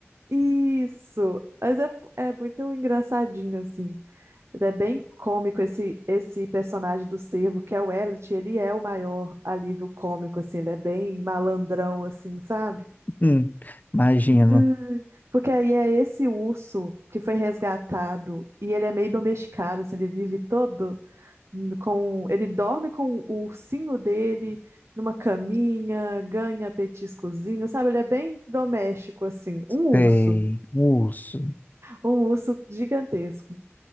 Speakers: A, on the right; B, on the left.
A: isso. Mas é, fu- é muito engraçadinho, assim. É bem cômico esse, esse personagem do cervo, que é o Elliot, ele é o maior alívio cômico, assim, ele é bem malandrão, assim, sabe?
B: Hum, imagino.
A: Ai, Porque aí é esse urso que foi resgatado e ele é meio domesticado, assim, ele vive todo com ele dorme com o ursinho dele numa caminha, ganha petiscozinho, sabe? Ele é bem doméstico assim, um urso,
B: Sei. Urso.
A: um urso gigantesco.